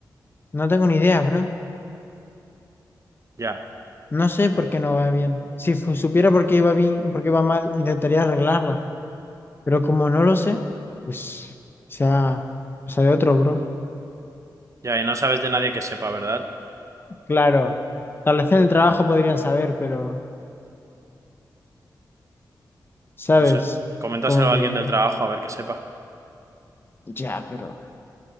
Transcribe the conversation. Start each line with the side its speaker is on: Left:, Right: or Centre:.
Left: No tengo ni idea, bro.
Right: Ya.
Left: No sé por qué no va bien. Si fu- supiera por qué iba bien, por qué va mal, intentaría arreglarla. Pero como no lo sé, pues sea, o sea de otro, bro.
Right: Ya, y no sabes de nadie que sepa, ¿verdad?
Left: Claro, tal vez en el trabajo podrían saber, pero, ¿sabes?
Right: No sé. Coméntaselo
Left: Como que,
Right: a alguien del trabajo a ver que sepa.
Left: ya, pero,